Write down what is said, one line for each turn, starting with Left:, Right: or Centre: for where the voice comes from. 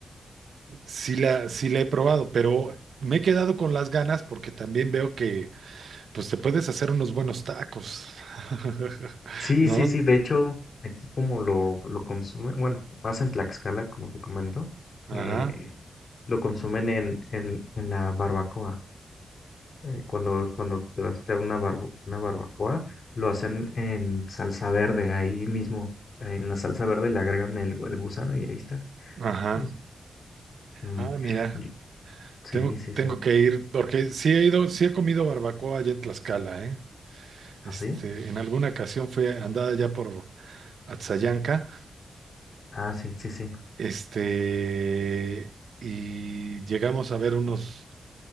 Right: sí la, sí la he probado, pero me he quedado con las ganas porque también veo que, pues te puedes hacer unos buenos tacos, <laughs>
Left: Sí,
Right: ¿no?
Left: sí, sí, de hecho, aquí como lo, lo consumen, bueno, más en Tlaxcala, como te comento,
Right: Ajá,
Left: eh, lo consumen en, en, en la barbacoa. eh, cuando, cuando te vas a echar una, barbo- una barbacoa, lo hacen en salsa verde, ahí mismo, en la salsa verde le agregan el, el gusano y ahí está.
Right: ajá.
Left: Mm, mm,
Right: Ah, mira,
Left: yo- sí,
Right: tengo,
Left: sí,
Right: tengo
Left: sí.
Right: que ir porque sí he ido, sí he comido barbacoa allá en Tlaxcala, ¿eh? Este,
Left: así
Right: en alguna ocasión fui andada ya por Atzayanca,
Left: Ah, sí, sí, sí,
Right: este, y llegamos a ver unos